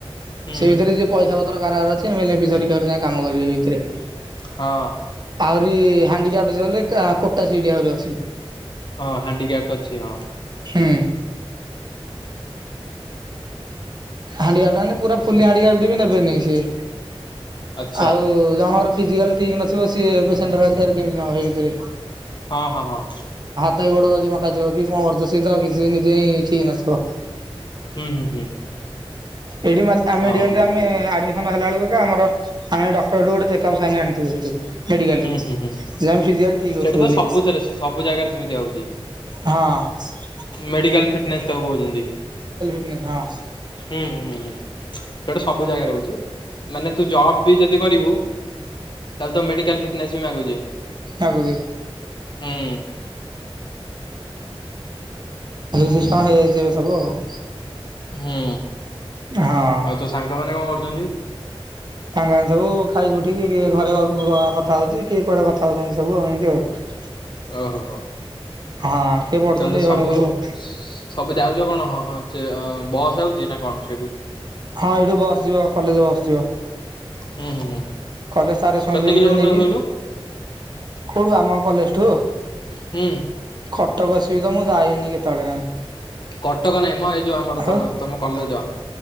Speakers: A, on the left; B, on the right.
A: ହୁଁ
B: ସେଇ ଭିତରେ ବି ଯିଏ ପଇସା ପତର କାରବାର ଅଛି, <unintelligible> ଯିଏ କାମ କରିବେ। <unintelligible>
A: ହଁ।
B: ଆହୁରି ହାଣ୍ଡିକାପଟ୍ସ୍ ସଇଲେ କା କୋଟା ସିଟ୍ ଆହୁରି ଅଛି।
A: ହଁ ହାଣ୍ଡିିକ୍ୟାଫ୍ଟ୍ ଅଛି ହଁ।
B: ହୁଁ। ହାଣ୍ଡିକ୍ୟାପ୍ଡ୍ ମାନେ ପୁରା ଫୁଲି ହାଣ୍ଡିକ୍ୟାପଡ ବି ନେବେନି ସିଏ।
A: ଆଚ୍ଛା
B: ଆଉ ଜଣଙ୍କର ଫିଜିକାଲ ଠିକ୍ ନଥିବ ସିଏ ପେସେଣ୍ଟର କେୟାର କେମିତି ନବ ହେଇ ଭିତରେ।
A: ହଁ ହଁ ହଁ।
B: ତା ଗୋଡ଼ ଯଦି ବଙ୍କା ଥିବ କି କଣ କରୁଥିବ ସିଏ ତ କିଛି ଦି ନିଜେ ହିଁ ଠିକ୍ ନଥିବ।
A: ହୁଁ ହୁଁ ହୁଁ।
B: ଏଠି ମା ଆମେ
A: ହଁ
B: ମେଡିକାଲରେ
A: ମ।
B: ଆମେ ଆଡମି ସନ୍ ହେଲା ବେଳୁକୁ ଏକା ଆମର ଆମେ ଡକ୍ଟରରୁ ଗୋଟେ ଚେକପ ସାଇନ୍ ଆଣିଥିବୁ ହେଇଠୁ। ମେଡିକାଲରୁ
A: ହୁଁ ହୁଁ ହୁଁ
B: ଯେ ଆମେ ଫିଜିକାଲ ଠିକ
A: ସେଠି
B: ଅଛୁ
A: ତ
B: ବୋଲି।
A: ସବୁଥିରେ ସବୁ ଜାଗାରେ ସେମିତି ହଉଛି
B: ହଁ।
A: ମେଡିକାଲ ଫିଟନେସ୍ ତାକୁ କହୁଛନ୍ତି।
B: ନି ହଁ
A: ହୁଁ ହୁଁ ହୁଁ ସେଇଟା ସବୁ ଜାଗା ରହୁଛି ମାନେ ତୁ ଜବ୍ ବି ଯଦି କରିବୁ ତାହେଲେ ତୋ ମେଡିକାଲ ଫିଟନେସ୍ ବି ମାଗୁଛି
B: ଆଗୁଦେ ଏଇ
A: ହୁଁ
B: ସିଷ୍ଟମ ହେଇଯାଇଛି ଏବେ ସବୁ ଆଉ
A: ହୁଁ
B: ହଁ।
A: ଆଉ ତୋ ସାଙ୍ଗ ମାନେ କଣ କରୁଛନ୍ତି?
B: ସାଙ୍ଗମାନେ ସବୁ ଖାଇକି ଉଠିକି କିଏ ଘରେ ବା କଥା ହଉଛି କିଏ କୁଆଡେ କଥା ହଉଛନ୍ତି ସବୁ ଏମିତି ଆଉ।
A: ଓହୋ ହୋ।
B: ହଁ। କିଏ ପଢୁଛନ୍ତି
A: ତାହେଲେ
B: ଏଇଭଳିଆ
A: ସବୁ
B: ଆଉ
A: ସବୁ ଯାଉଛ କଣ? ହଁ ଯେ ବସ୍ ଯାଉଚି ନା କଣ ସେଇଠୁ?
B: ହଁ ଏଇଠୁ ବସ ଯିବ କଲେଜ ବସ୍ ଯିବ।
A: ହୁଁ ହୁଁ ହୁଁ।
B: କଲେଜ ସାର୍ <unintelligible>
A: କେତେ କିଲୋମିଟର
B: ନେଇକି
A: କହିଲୁ?
B: କୋଉଠୁ ଆମ କଲେଜଠୁ?
A: ହୁଁ।
B: କଟକ ଏ ସି ବି ତ ମୁଁ ଯାଇନି କେତେବେଳେ କାଇଁ।
A: କଟକ ନାଇଁ ମ ଏଇ ଯୋଉ ଆମର
B: ଆଉ।
A: ତମ ତମ କଲେଜ।